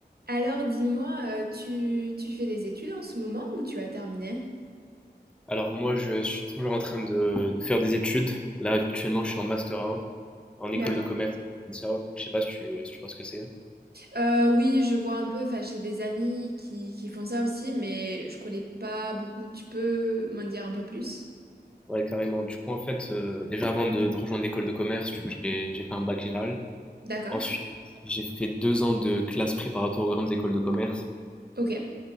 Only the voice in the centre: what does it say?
Alors moi, je suis toujours en train de, de faire des études. Là, actuellement, je suis en master un en école
de commerce. ça. Je sais pas si tu, si tu vois ce que c'est.
Ouais, carrément. Du coup, en fait, euh, déjà avant de, de rejoindre l'école de commerce, du coup, j'ai j'ai fait un bac général.
Ensuite, j'ai fait deux ans de classe préparatoire aux grandes écoles de commerce.